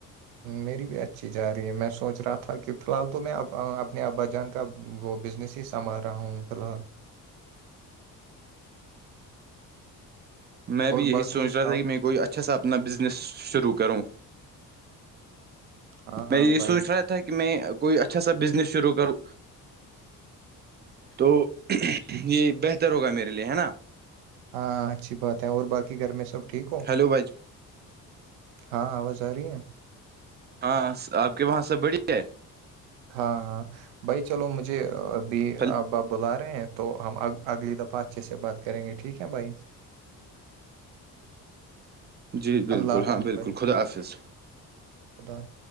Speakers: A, on the right; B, on the right.
A: میری بھی اچھی جا رہی ہے میں سوچ رہا تھا کہ فی الحال تو میں اپنے ابا جان کا وہ بزنس ہی سنبھار رہا ہوں فی الحال
B: میں بھی
A: اور
B: یہی
A: باقی
B: سوچ
A: سناؤ
B: رہا تھا کہ میں کوئی اچھا سا اپنا بزنس شروع کروں
A: ہاں ہاں
B: میں یہ
A: بھائی
B: سوچ رہا تھا کہ میں کوئی اچھا سا بزنس شروع کروں تو
A: اچھی
B: یہ بہتر ہوگا میرے لیے ہے نا
A: ہاں اچھی بات ہے اور باقی گھر میں سب ٹھیک ہو
B: ہیلو بھائی
A: ہاں آواز آ رہی ہے
B: ہاں آپ کے وہاں سب بڑی ہے
A: ہاں ہاں بھائی چلو مجھے بھی
B: ہے
A: ابا بلاار رہ ہیں تو ہم اگلی دفعہ اچھے سے بات کریں گے ٹھیک ہے بھائی
B: جی بالکل
A: اللہ حافظ
B: ہاں بالکل
A: بھائی
B: خدا حافظ
A: خدا